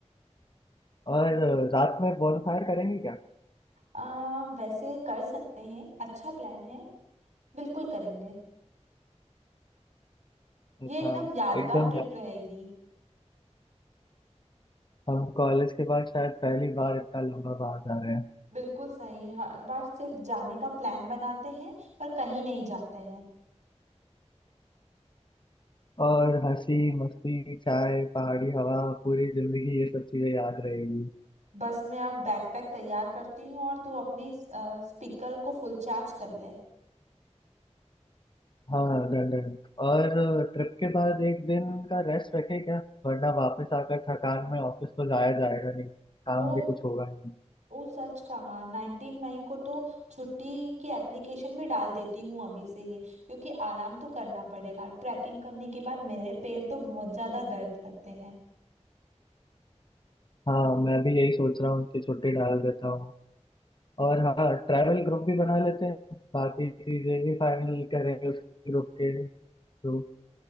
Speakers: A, on the left; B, on the right.
A: और अ, रात में फायर करेंगे क्या
B: आ, वैसे कर सकते हैं अच्छा प्लान है बिल्कुल करेंगे
A: अच्छा
B: ये एकदम यादगार
A: एकदम
B: ट्रिप रहेगी
A: हम कॉलेज के बाद शायद पहली बार इतना लंबा बाहर जा रहे हैं
B: बिल्कुल सही हर बार सिर्फ जाने का प्लान बनाते हैं पर कहीं नहीं जाते हैं
A: और हंसी मस्ती चाय पहाड़ी हवा पूरी जिंदगी ये सब चीजें याद रहेगी
B: बस मैं अब बैकपैक तैयार करती हूँ और तू अपनी आ, स्पीकर को फुल चार्ज कर ले
A: हाँ डन डन और ट्रिप के बाद एक दिन का रेस्ट रखें क्या वरना वापस आकर थकान में ऑफिस तो जाया जाएगा नहीं काम
B: ओ
A: भी कुछ होगा नहीं
B: ओ सच कहा 19 मई को तो छुट्टी की एप्लीकेशन भी डाल देती हूँ अभी से ही क्योंकि आराम तो करना पड़ेगा ट्रैकिंग करने के बाद मेरे पैर तो बहुत ज़्यादा दर्द करते हैं
A: हाँ मैं भी यही सोच रहा हूँ कि छुट्टी डाल देता हूँ और हाँ ट्रैवल ग्रुप भी बना लेते हैं बाकी चीजें भी फाइनल करेंगे उस ग्रुप के तो